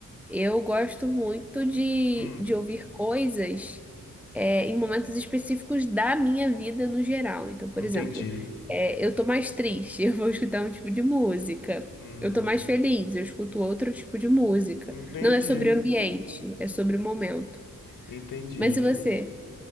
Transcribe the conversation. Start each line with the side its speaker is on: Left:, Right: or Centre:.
Centre: Eu gosto muito de,
Left: Hum,
Centre: de ouvir coisas é, em momentos específicos da minha vida no geral. Então, por
Left: entendi.
Centre: exemplo, é, eu tô mais triste, <laughs> eu vou escutar um tipo de música.
Left: Hum,
Centre: Eu tô mais feliz, eu escuto outro tipo de música.
Left: entendi.
Centre: Não é sobre o ambiente, é sobre o momento.
Left: Entendi.
Centre: Mas e você?